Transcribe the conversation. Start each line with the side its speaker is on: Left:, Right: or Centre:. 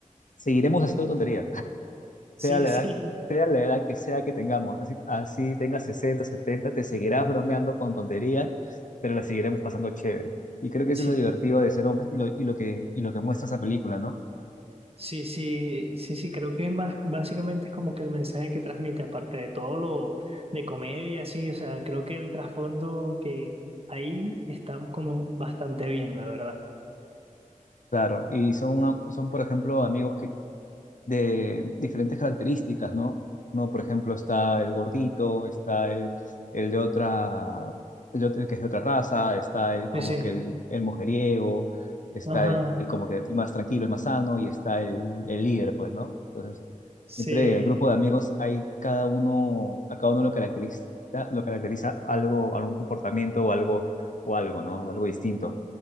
Left: seguiremos haciendo tonterías, <laughs>
Right: Sí,
Left: sea la
Right: sí,
Left: edad, sea la edad que sea que tengamos. Así, así tengas 60, 70, te seguirás bromeando con tonterías, pero la seguiremos pasando chévere. Y creo que
Right: sí,
Left: eso es lo divertido de ser hombres y lo, y lo que, y lo que muestra esa película, ¿no?
Right: sí, sí, sí, sí, creo que es más, básicamente es como que el mensaje que transmite, aparte de todo lo de comedia, sí, o sea, creo que el trasfondo que ahí está como bastante bien, la verdad.
Left: Claro, y son, son, por ejemplo, amigos que de diferentes características, ¿no? No, por ejemplo, está el gordito, está el, el de otra, el, de otra- el que es de otra raza, está el como
Right: Sí, sí,
Left: que el, el mujeriego, está
Right: ajá,
Left: el, el como que el más tranquilo, el más sano, y está el, el líder, pues, ¿no? Entonces,
Right: sí,
Left: siempre en el grupo de amigos hay cada uno, a cada uno lo caracteriza, lo caracteriza algo, algún comportamiento o algo, o algo, ¿no? Algo distinto.